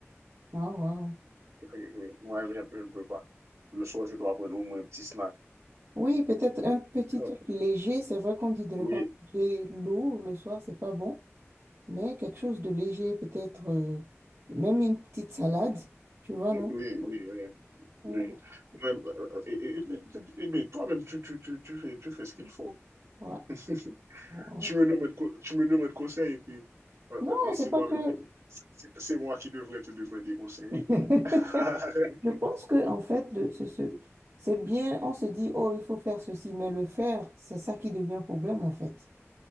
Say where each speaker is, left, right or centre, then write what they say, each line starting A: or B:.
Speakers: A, on the right; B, on the right.
A: Ah, wow.
B: Et puis, oui, moi, je je ne peux pas. Le soir, je dois prendre au moins un petit snack.
A: Oui, peut-être un petit
B: Euh,
A: truc léger. C'est vrai qu'on dit de ne
B: Oui,
A: pas manger lourd le soir, c'est pas bon, mais quelque chose de léger, peut-être euh, même une petite salade, tu vois,
B: oui,
A: non?
B: oui, oui. oui.
A: Euh,
B: Moi, euh, et, et- et- et- et- mais toi-même, tu, tu, tu, tu fais, tu fais ce qu'il faut.
A: ouais,
B: <laughs>
A: ouais, ouais.
B: tu me demandes, co- tu me demandes conseil et puis euh,
A: Non,
B: euh, et
A: c'est
B: c'est
A: pas
B: moi-même
A: que.
B: qui c'est c'est- moi qui devrais te demander conseil.
A: <laughs> Je
B: <laughs>
A: pense que en fait, le, ce, ce- c'est bien. On se dit, oh, il faut faire ceci, mais le faire, c'est ça qui devient problème en fait.